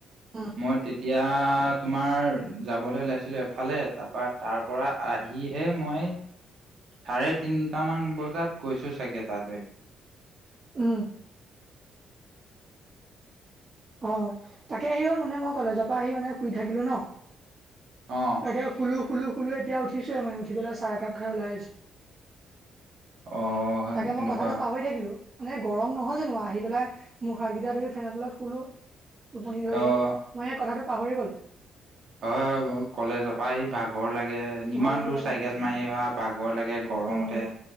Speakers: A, on the right; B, on the right.
A: উম,
B: মই এতিয়া তোমাৰ যাবলৈ ওলাইছিলোঁ এফালে তাৰপৰা তাৰপৰা আহিহে মই চাৰে তিনটামান বজাত গৈছো চাগে তালৈ।
A: উম। অ', তাকে আহি গ'ল মানে মই কলেজৰ পৰা আহি মানে শুই থাকিলো ন'।
B: অ'
A: তাকে, শুলো, শুলো, শুলো এতিয়া উঠিচোহে মানে, উঠি পেলাই চাহ একাপ খাই ওলাই আহিছো।
B: অ'
A: তাকে
B: তেনেকুৱা
A: মই কথাটো পাহৰি থাকিলো। মানে গৰম নহয় জানো বাৰু আহি পেলাই মুখ হাত কেইটা ধৰি ফেনৰ তলত শুলো টোপনি ধৰিলে,
B: অ'
A: মই এই কথাটো পাহৰি গ'লো।
B: হয় হয়, মোৰ কলেজৰ পৰা আহি ভাগ ভাগৰ লাগে, ইমান
A: ভাগৰ
B: দূৰ
A: লাগে
B: চাইকেল
A: মোৰ।
B: মাৰি অহা ভাগৰ লাগে গৰমতে
A: উম,